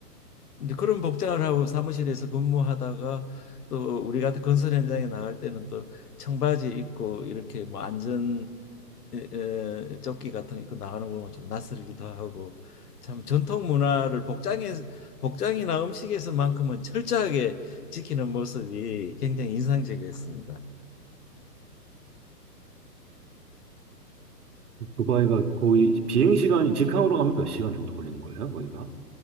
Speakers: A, on the left; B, on the right.
A: 근데 그런 복장을 하고 사무실에서 근무하다가 또 우리 같은 건설 현장에 나갈 때는 또 청바지 입고 이렇게 뭐 안전 에, 에, 조끼 같은 거 입고 나가는 거 보면 좀 낯설기도 하고 참 전통 문화를 복장에 복장이나 음식에서만큼은 철저하게 지키는 모습이 굉장히 인상적이었습니다.
B: 두바이가 거의 비행 시간이 직항으로 가면 몇 시간 정도 걸리는 거예요, 거기가?